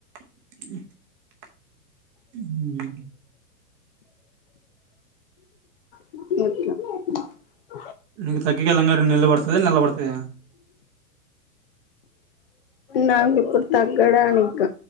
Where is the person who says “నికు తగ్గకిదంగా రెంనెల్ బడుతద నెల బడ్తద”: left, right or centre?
Right